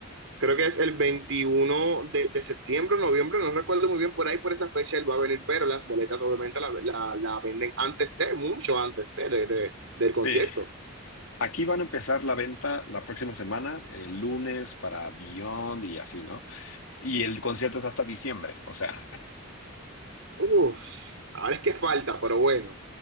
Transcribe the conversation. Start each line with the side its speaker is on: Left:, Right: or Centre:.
Right: Creo que es el 21 de, de septiembre, noviembre, no recuerdo muy bien por ahí, por esa fecha él va a venir, pero las boletas obviamente la, la, la venden antes de, mucho antes de, de- del
Left: Sí.
Right: concierto.
Left: Aquí van a empezar la venta la próxima semana, el lunes para Beyond y así, ¿no? Y el concierto es hasta diciembre, o sea,
Right: Uf, ahora es que falta, pero bueno.